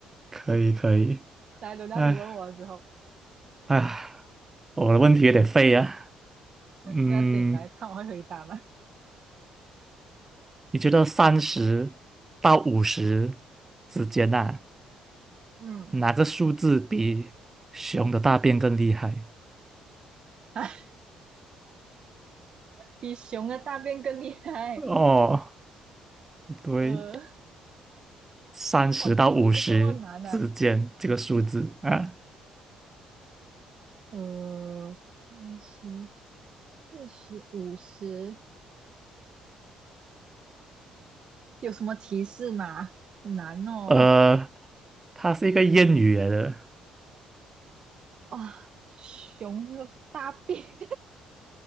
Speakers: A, on the right; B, on the right.
A: 可以，可以。
B: 来，轮到你问我的时候，
A: 哎哎，我的问题有点废啊。嗯，
B: 不要紧，来看我会回答吗？
A: 你觉得三十到五十之间呐、啊，
B: 嗯，
A: 哪个数字比熊的大便更厉害？
B: <laughs> 哎，比熊的大便更厉害。
A: 哦，对。
B: 呃，
A: 三十到五十之间这个数字啊，
B: 哇，第一题就这么难呢？呃，三十、四十、五十，有什么提示吗？很难哦。
A: 呃，它是一个谚语来的，
B: 哇，熊的大便，